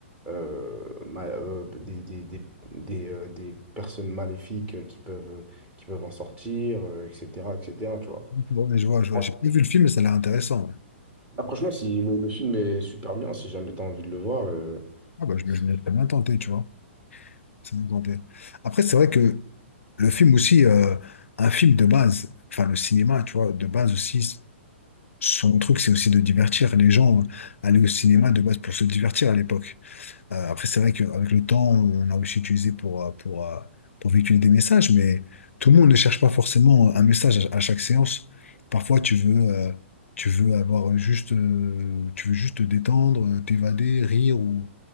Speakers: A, on the right; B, on the left.
A: euh, ma- euh, des, des, des, des, euh, des personnes maléfiques euh, qui peuvent, qui peuvent en sortir, euh, etc., etc., tu vois.
B: Ouais, je vois, je vois.
A: Ouais.
B: J'ai pas vu le film, mais ça a l'air intéressant. ouais.
A: Ah, franchement, si le, le film est super bien, si jamais t'as envie de le voir, euh,
B: Ah, bah, je
A: si,
B: me je me laisse bien tenté, tu vois. C'est bien tenté. Après, c'est vrai que le film aussi, euh, un film de base, enfin, le cinéma, tu vois, de base aussi, son truc, c'est aussi de divertir les gens. euh, Aller au cinéma de base pour se divertir à l'époque. Euh, après, c'est vrai qu'avec le temps, on a aussi utilisé pour, euh, pour, euh, pour véhiculer des messages, mais tout le monde ne cherche pas forcément un message à, à chaque séance. Parfois, tu veux, euh, tu veux avoir juste, euh, tu veux juste te détendre, euh, t'évader, rire ou,